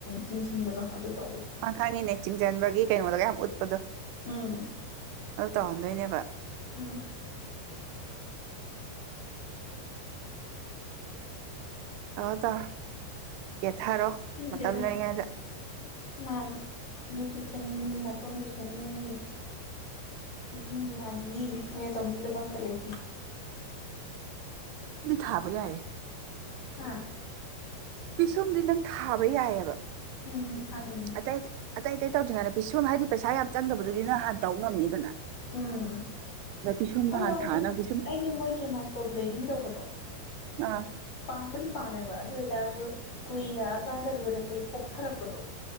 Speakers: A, on the left; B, on the right.
A: ꯆꯤꯡꯁꯤꯟꯕꯗꯣ ꯑꯗꯨ ꯇꯧꯕꯒꯤ
B: ꯑ ꯈꯪꯉꯤꯅꯦ ꯆꯤꯡꯖꯟꯕꯒꯤ ꯀꯩꯅꯣꯗꯥꯒ ꯌꯥꯝ ꯎꯠꯄꯗꯣ
A: ꯎꯝ
B: ꯑꯗꯨ ꯇꯪꯍꯟꯗꯣꯢꯅꯦꯕꯥ
A: ꯎꯝ
B: ꯇꯧꯔꯣ ꯇꯧꯔꯣ ꯌꯦꯠꯊꯔꯣ
A: ꯈꯪꯗꯦꯗ
B: ꯃꯇꯝ ꯂꯩꯔꯤꯉꯩꯗ
A: ꯃꯅꯤ ꯃꯤꯠꯁꯨ ꯃꯤꯠ ꯅꯇꯣꯟꯁꯨ ꯁꯦꯝꯅꯤꯡꯉꯤ ꯄꯤꯁꯨꯝꯁꯨ ꯂꯅꯤ ꯑꯩ ꯅ ꯇꯧꯅꯤꯡꯗꯕ ꯑꯝꯇꯥ ꯂꯩꯇꯦ
B: ꯊꯥꯕ ꯌꯥꯏꯌꯦ
A: ꯍꯥꯥ
B: ꯄꯤꯁꯨꯝꯗꯤ ꯅꯪ ꯊꯥꯕ ꯌꯥꯏꯑꯕ
A: ꯎꯝ ꯊꯥꯅꯤꯡꯉꯤ
B: ꯑꯇꯩ ꯑꯇꯩ ꯑꯇꯩ ꯇꯧꯗ꯭ꯔꯤꯉꯩꯗ ꯄꯤꯁꯣꯝ ꯍꯥꯏꯗꯤ ꯄꯩꯁꯥ ꯌꯥꯝ ꯆꯪꯗꯕꯗꯨꯗꯤ ꯅꯍꯥꯟ ꯇꯧ ꯉꯝꯅꯤꯗꯅ
A: ꯎꯝ
B: ꯑꯗ ꯄꯤꯁꯨꯝꯗꯣ
A: ꯑꯗꯨ
B: ꯍꯥꯟꯅ
A: ꯑꯩꯗꯤ
B: ꯊꯥꯅ ꯄꯤꯁꯨꯝ
A: ꯑꯩꯗꯤ ꯃꯣꯏꯒꯤ ꯃꯥꯏꯀ꯭ꯔꯣ ꯕ꯭ꯂꯦꯗꯤꯡ ꯇꯧꯕꯗꯣ
B: ꯑꯥ
A: ꯄꯥꯝꯕꯨꯗꯤ ꯄꯥꯝꯃꯦꯕ ꯑꯗꯨ ꯑꯣꯏꯇꯥꯔꯁꯨ ꯀꯨꯏꯔꯛꯑꯀꯥꯟꯗ ꯂꯣꯏꯔꯛꯄꯩ ꯀꯣꯛꯊꯔꯛꯄꯗꯣ